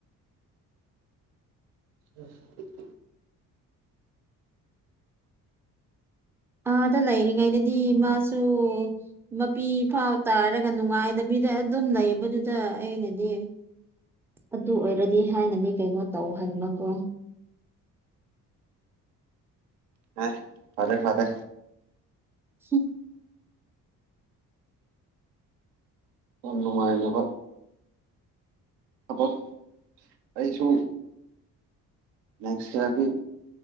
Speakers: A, on the right; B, in the centre.
A: <inaudible>
B: ꯑꯥ ꯑꯗ ꯂꯩꯔꯤꯉꯩꯗꯗꯤ ꯃꯥꯁꯨ ꯃꯄꯤ ꯐꯥꯎ ꯇꯥꯔꯒ ꯅꯨꯡꯉꯥꯏꯗꯕꯤꯗ ꯑꯗꯨꯝ ꯂꯩꯕꯗꯨꯗ ꯑꯩꯅꯗꯤ ꯑꯗꯨ ꯑꯣꯏꯔꯗꯤ ꯍꯥꯏꯅꯗꯤ ꯀꯩꯅꯣ ꯇꯧꯍꯟꯕꯀꯣ
A: ꯅꯦ ꯐꯔꯦ ꯐꯔꯦ
B: ꯍꯨꯝ
A: ꯑꯣꯞ ꯅꯨꯡꯉꯥꯏꯅꯕ ꯊꯕꯛ ꯑꯩꯁꯨ ꯅꯦꯛꯁꯇ ꯇꯨꯝ